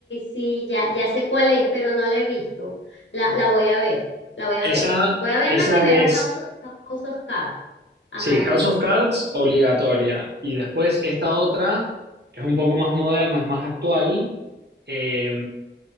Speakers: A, on the left; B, on the right.
A: sí, ya, ya sé cuál es, pero no la he visto. La, la voy a ver, la voy a
B: Esa,
A: ver. Voy a verme
B: esa
A: primero
B: es
A: House of, House of Cards. Ajá,
B: Sí, House
A: dime.
B: of Cards obligatoria. Y después esta otra es un poco más moderna, es más actual. Eh,